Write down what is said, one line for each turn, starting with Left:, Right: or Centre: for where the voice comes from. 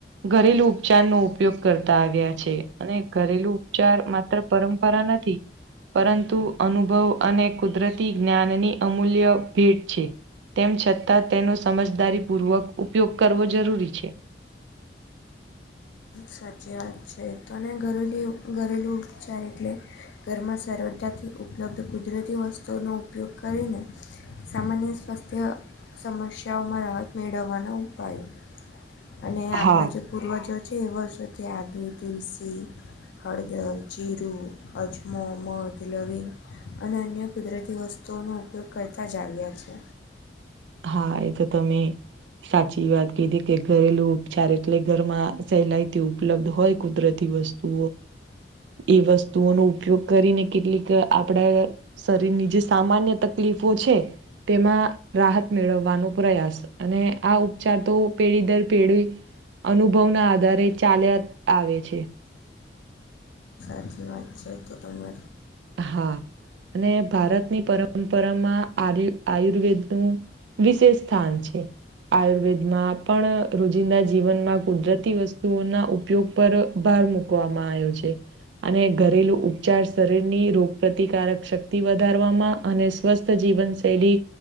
Right: ઘરેલુ ઉપચાર નો ઉપયોગ કરતા આવ્યા છે અને ઘરેલુ ઉપચાર માત્ર પરંપરા નથી પરંતુ અનુભવ અને કુદરતી જ્ઞાનની અમૂલ્ય ભેટ છે. તેમ છતાં તેનો સમજદારીપૂર્વક ઉપયોગ કરવો જરૂરી છે.
Left: સાચી વાત છે તોને ઘરેલુ ઘરેલુ ઉપચાર એટલે ઘરમાં સરળતાથી ઉપલબ્ધ કુદરતી વસ્તુઓનો ઉપયોગ કરીને સામાન્ય સ્વાસ્થ્ય સમસ્યાઓમાં રાહત મેળવવાના ઉપાયો અને આપણા
Right: હા
Left: જે પૂર્વજો છે એ વર્ષોથી આદુ તુલસી હળદર જીરું અજમો મધ લવીગ અને અન્ય કુદરતી વસ્તુ તોનો ઉપયોગ કરતાં જ આવ્યા છે.
Right: હા એ તો તમે. સાચી વાત કિધી કે ઘરેલું ઉપચાર એટલે ઘરમાં સહેલાઈથી ઉપલબ્ધ હોય કુદરતી વસ્તુ એ વસ્તુઓનો ઉપયોગ કરીને કેટલીક આપડા શરીરની જે સામાન્ય તકલીફો છે તેમાં રાહત મેળવવાનો પ્રયાસ અને આ ઉપચાર તો પેઢી દર પેઢી અનુભવ ના આધારે ચાલ્યા આવે છે.
Left: આજે વાત છે તો તમે
Right: હા અને ભારતની પરંપરામાં આર આયુર્વેદનું. વિશેષ સ્થાન છે. આયુર્વેદમાં પણ રોજિંદા જીવનમાં કુદરતી વસ્તુઓના ઉપયોગ પર ભાર મૂકવામાં આવ્યો છે અને ઘરેલુ ઉપચાર શરીર ની રોગ પ્ર્રતિકારક શક્તિ વધારવામાં અને સ્વસ્થ જીવન શૈલી